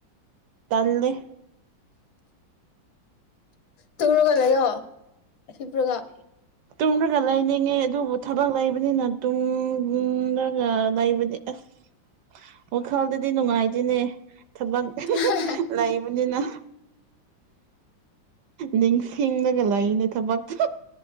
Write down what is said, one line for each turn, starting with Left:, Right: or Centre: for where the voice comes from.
Right: ꯇꯜꯂꯦ
Left: ꯇꯨꯔꯒ ꯂꯩꯌꯣ ꯍꯄ꯭ꯔꯒ
Right: <inaudible> ꯇꯨꯝꯗ꯭ꯔꯒ ꯂꯩꯅꯤꯡꯉꯦ ꯑꯗꯨꯕꯨ ꯊꯕꯛ ꯂꯩꯕꯅꯤꯅ ꯇꯨꯡꯗ꯭ꯔꯒ ꯂꯩꯕꯗꯤ ꯑꯁ ꯋꯥꯈꯜꯗꯗꯤ ꯅꯨꯡꯉꯥꯏꯇꯅꯦ ꯊꯕꯛ
Left: ꯑꯍꯥ ꯍꯥ
Right: ꯂꯩꯕꯅꯤꯅ ꯅꯤꯡꯁꯤꯡꯂꯒ ꯂꯩꯅꯦ ꯊꯕꯛ <inaudible>